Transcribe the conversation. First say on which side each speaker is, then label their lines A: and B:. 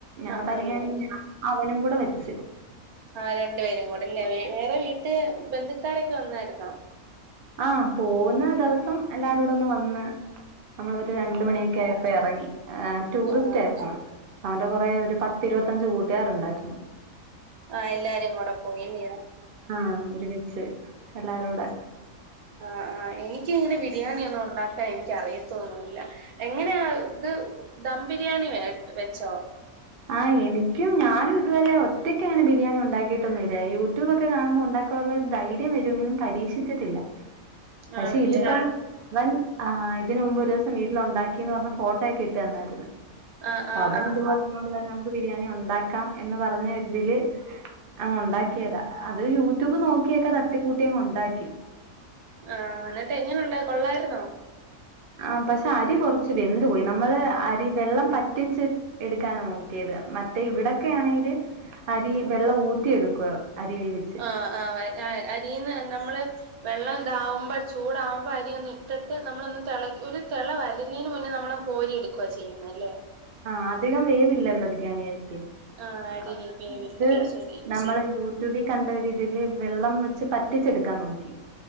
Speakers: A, on the right; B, on the right.
A: ഞാൻ
B: ആഹ് അമ്മ
A: തനിയെ
B: ജോലിക്ക്
A: അവനും കൂടെ വെച്ച്
B: ആ രണ്ടു പേരും കൂടെല്ലേ വേറെ വീട്ട് ബന്ധുക്കാരൊക്കെ വന്നായിരുന്നോ?
A: ആഹ് പോകുന്ന ദിവസം എല്ലാരോടെ ഒന്ന് വന്ന് നമ്മളൊ രണ്ട്
B: ആഹ്
A: മണിയൊക്കെ ആയപ്പോ ഇറങ്ങി ടൂറിസ്റ്റ്
B: ആഹ്
A: ആയിരുന്നു. അവന്റെ കൊറേ ഒരു പത്തിരുപത്തഞ്ച് കൂട്ട്യാരുണ്ടായിരുന്നു
B: ആഹ് എല്ലാരും കൂടെ പോയില്ല്യോ
A: ആഹ ഒരുമിച്ച് എല്ലാരോടെ
B: ആ ആ എനിക്കിങ്ങനെ ബിരിയാണി ഒന്നും ഉണ്ടാക്കാൻ എനിക്ക് അറിയത്തൊന്നുല്ല. എങ്ങനെയാ ഇത് ദം ബിരിയാണി വെച്ചോ?
A: ആഹ് എനിക്കും ഞാനും ഇതുവരെ ഒറ്റക്ക് അങ്ങനെ ബിരിയാണി ഉണ്ടാക്കിയിട്ടൊന്നും ഇല്ല യൂട്യൂബോക്കെ കാണുമ്പോ ഉണ്ടാക്കി ള്ള ധൈര്യം വരുമെങ്കിലും പരീക്ഷിച്ചിട്ടില്ല പക്ഷെ
B: ആണല്ലേ
A: ഇതിപ്പോ അവൻ ഇതിന് മുമ്പ് ഒരു ദിവസം വീട്ടില് ഉണ്ടാക്കിന്ന് പറഞ്ഞ് ഫോട്ടോയോക്കെ ഇട്ട് തന്നായിരുന്നു
B: ആഹ് ആഹ്
A: അ അവന് ഇത്പോലെന്നോട് പറഞ്ഞ് നമുക്ക് ബിരിയാണി ഉണ്ടാക്കാം എന്ന് പറഞ്ഞ ഒരുതില് ഉണ്ടാക്കിയതാ അത് യൂട്യൂബ് നോക്കിയക്കെ തട്ടിക്കൂട്ടി അങ്ങ് ഉണ്ടാക്കി.
B: ആഹ് എന്നിട്ട് എങ്ങനുണ്ട് കൊള്ളായിരുന്നോ
A: ആ പക്ഷെ അരി കുറച്ച് വെന്ത് പോയി നമ്മള് അരി വെള്ളം പറ്റിച്ച് എടുക്കാനാണ് നോക്കിയത് മറ്റേ ഇവിടോക്കെ ആണെല് അരി വെള്ളം ഊറ്റിയെടുക്കുക അരി വേവി
B: ആ ആ അരിന്ന് നമ്മള് വെള്ളം ഇതാവുമ്പോ ചൂടകുമ്പോ അരി ഒന്ന ഇട്ടിട്ട് നമ്മളൊന്ന് തെളി ഒരു തെള വരുന്നതിന് മുന്നേ നമ്മള് കോരി എടുക്കുക ചെയ്യുന്ന അല്ലേ
A: ആഹ അധികം വേവില്ലല്ലോ ബിരിയാണി അരിക്ക്
B: ആഹ് അരി
A: ആത്
B: വേവില്ല ശരി
A: നമ്മളെ യ റ്റ്യൂബികണ്ട രീതിയിയില് വെള്ളം വെച്ച് പറ്റിച്ചെടുക്കാൻ നോക്കി